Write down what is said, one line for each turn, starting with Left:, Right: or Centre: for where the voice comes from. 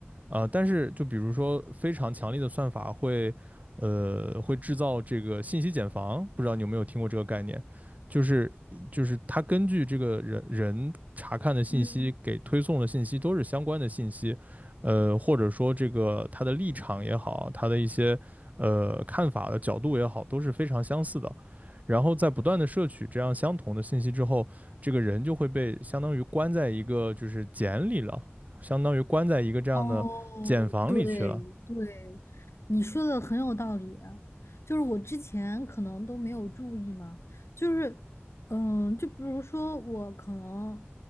Right: 呃，但是就比如说非常强力的算法会，呃，会制造这个信息茧房，不知道你有没有听过这个概念，就是就是它根据这个人人查看的信息给推送的信息都是相关的信息，
Left: 嗯。
Right: 呃，或者说这个他的立场也好，他的一些呃看法的角度也好，都是非常相似的。然后在不断的摄取这样相同的信息之后，这个人就会被相当于关在一个就是茧里了，相当于关在一个这样的茧房里去了。
Left: 哦，对对，你说的很有道理啊就是我之前可能都没有注意嘛，就是，嗯，就比如说我可能，